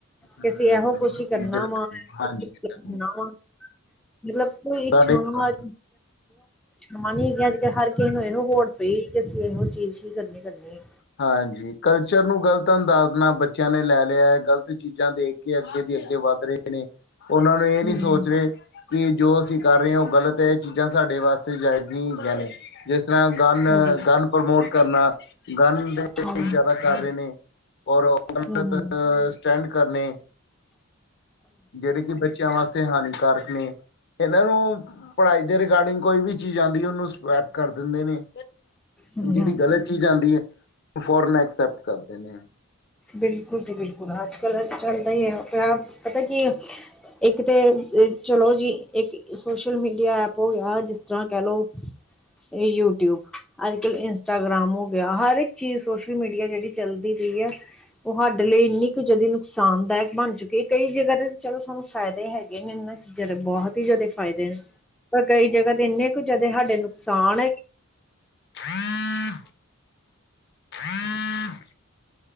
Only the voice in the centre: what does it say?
ਕਿ ਅਸੀਂ ਐਹੋ ਕੁਛ ਕਰਨਾ
ਵਾ ਇਹ
ਵਾ ਕਰਨਾ
ਵਾ। ਮਤਲਬ ਕੋਈ ਇਛਾਂਵਾ
ਕਮਾਨੀ ਅੱਜਕਲ ਹਰ ਕਿਸੇ ਨੂੰ ਇਹੋ ਹੋੜ ਪਈ ਕਿ ਅਸੀਂ ਇਹੋ ਚੀਜ਼ ਹੀ ਕਰਨੀ-ਕਰਨੀ।
ਹੂੰ,
ਹਾਂਜੀ,
ਹੂੰ, ਹੂੰ,
ਹੂੰ।
ਹੂੰ,
ਹੂੰ।
ਬਿਲਕੁਲ ਜੀ ਬਿਲਕੁਲ ਅੱਜਕੱਲ ਚੱਲਦਾ ਈ ਏਹੋ ਪਿਆ ਪਤਾ ਕੀ। ਇੱਕ ਤਾਂ ਚਲੋ ਜੀ, ਇੱਕ ਸੋਸ਼ਲ ਮੀਡੀਆ ਐਪ ਹੋ ਗਿਆ ਜਿਸ ਤਰ੍ਹਾਂ ਕੈਹ ਲੋ। ਇਹ ਯੂਟਿਊਵ ਅੱਜਕਲ ਇੰਸਟਾਗ੍ਰਾਮ ਹੋ ਗਿਆ ਹਰ ਇੱਕ ਚੀਜ਼ ਸੋਸ਼ਲ ਮੀਡੀਆ ਜੇੜੀ ਚੱਲਦੀ ਪਈ ਐ। ਓ ਸਾਡੇ ਲਈ ਏਨੀ ਕੁ ਜਿਆਦੀ ਨੁਕਸਾਨਦਾਇਕ ਬਣ ਚੁੱਕੀ ਹੈ ਕਈ ਜਗ੍ਹਾ ਤੇ ਚਲੋ ਸਾਨੂੰ ਫਾਇਦੇ ਹੈਗੇ ਨੇ ਏਨਾਂ ਦੇ ਬਹੋਤ ਈ ਜ਼ਿਆਦੇ ਫ਼ਾਇਦੇ ਨੇ, ਪਰ ਕਈ ਜਗ੍ਹਾ ਤੇ ਏਨੇ ਕੁ ਜਿਆਦੇ ਸਾਡੇ ਨੁਕਸਾਨ ਐ।